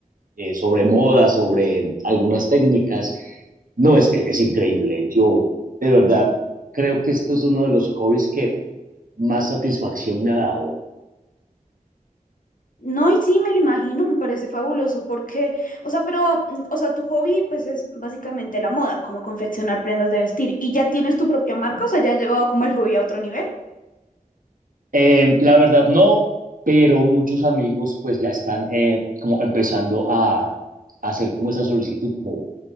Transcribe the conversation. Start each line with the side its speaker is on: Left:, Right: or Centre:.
Right: eh, sobre moda, sobre algunas técnicas, No, es, es, es increíble. Yo, de verdad, creo que esto es uno de los hobbies que más satisfacción me ha dado.
Left: No, y sí, me lo imagino, me parece fabuloso porque, o sea, pero, mm, o sea, tu hobby pues es básicamente la moda, como confeccionar prendas de vestir. ¿Y ya tienes tu propia marca? O sea, ¿ya has llevado como el hobby a otro nivel?
Right: Eh, la verdad no, pero muchos amigos pues ya están eh, como empezando a, a hacer como esa solicitud, como